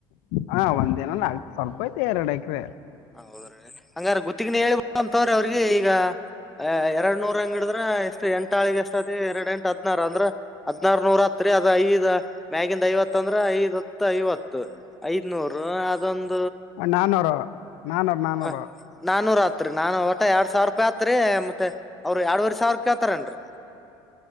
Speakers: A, on the left; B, in the centre.
A: ಹಾ ಒಂದ್ ದಿನಲ್ಲ ಆಗ್ತ ಸ್ವಲ್ಪ ಏತಿ ಎರಡ ಎಕರೆ ಎಕರೆ
B: ಹೌದ್ರೀ ಹಂಗಾರ ಗುತ್ತಿಗೆನೇ ಹೇಳಿ ಅಂತವ್ರ ಅವ್ರಿಗೆ ಈಗ ಎರಡ್ ನೂರ ಅಂಗಡಿದ್ರ ಎಷ್ಟ್ ಎಂಟಾಳಿಗೆ ಎಷ್ಟತಿ ಎರಡ್ ಎಂಟ ಹದ್ನಾರ ಅಂದ್ರ ಹದ್ನಾರ ನೂರ ಹತ್ರಿ ಅದ್ ಐದ್ ಮ್ಯಾಗಿಂದ ಐವತ್ತ ಅಂದ್ರ ಐದ್ ಹತ್ ಐವತ್ತು ಐದ್ನೂರ್ ಅದೊಂದ.
A: ನಾನ್ನೂರು ನಾನ್ನೂರು ನನ್ನೂರು
B: ಹ ನಾನೂರ ಆತ್ರಿ ನಾನು ಒಟ ಎರಡ್ ಸಾವಿರ ರೂಪಾಯಿ ಆತ್ರಿ ಮತ್ತೆ ಅವ್ರ ಎರಡ್ವವರೆ ಸಾವಿರ ರೂಪಾಯಿ ಆತಾರನ್ರಿ.